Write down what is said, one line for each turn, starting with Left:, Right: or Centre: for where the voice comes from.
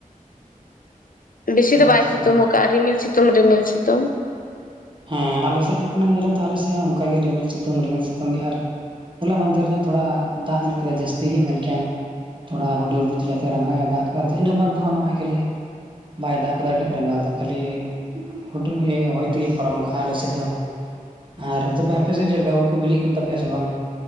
Left: ᱵᱮᱥᱤ ᱫᱚ
Right: ᱟᱪᱪᱷᱟ
Left: ᱵᱟᱭ ᱥᱤᱛᱩᱝ ᱟᱠᱟᱜ ᱟ ᱨᱤᱢᱤᱞ ᱥᱤᱛᱩᱝ ᱨᱤᱢᱤᱞ ᱥᱤᱛᱩᱝ
Right: ᱦᱮᱸ ᱟᱞᱮ ᱥᱮᱫ ᱡᱚᱠᱷᱚᱱᱮᱢ ᱧᱮᱞᱟ ᱟᱞᱮ ᱥᱮᱫ ᱦᱚᱸ ᱚᱱᱠᱟᱜᱮ ᱨᱤᱢᱤᱞ ᱥᱤᱛᱩᱝ ᱨᱤᱢᱤᱞ ᱥᱤᱛᱩᱝ ᱜᱮ ᱟᱨ ᱦᱚᱞᱟ ᱢᱟᱱᱫᱷᱮᱨ ᱧᱚᱜ ᱛᱷᱚᱲᱟ ᱫᱟᱜ ᱧᱚᱜ ᱠᱮᱫᱟ ᱡᱟᱹᱥᱛᱤ ᱜᱮ ᱢᱮᱱ ᱠᱮᱭᱟᱢ ᱛᱷᱚᱲᱟ ᱦᱩᱰᱩᱨ ᱵᱤᱡᱞᱤ ᱟᱛᱮ ᱨᱟᱸᱜᱟᱣ ᱮ ᱫᱟᱜ ᱠᱮᱫᱟᱭ ᱤᱱᱟᱹ ᱵᱟᱫᱽ ᱫᱚ ᱦᱟᱸᱜ ᱱᱚᱜᱼᱚᱭ ᱠᱷᱟᱹᱞᱤ ᱵᱟᱭ ᱫᱟᱜ ᱠᱟᱫᱟ ᱟᱹᱰᱤᱸ ᱨᱟᱸᱜᱟᱣ ᱫᱚ ᱠᱷᱟᱹᱞᱤ ᱦᱩᱰᱩᱨ ᱦᱚᱭ ᱛᱮᱜᱤ ᱯᱟᱨᱚᱢ ᱠᱟᱜᱼᱟ ᱟᱞᱮ ᱥᱮᱫ ᱫᱚ ᱟᱨ ᱛᱚᱵᱮ ᱟᱯᱮ ᱥᱮᱫ ᱪᱮᱫ ᱞᱮᱠᱟ ᱩᱞ ᱠᱚ ᱵᱤᱞᱤᱜ ᱠᱟᱱ ᱛᱟᱯᱮᱭᱟ ᱥᱮ ᱵᱟᱝ?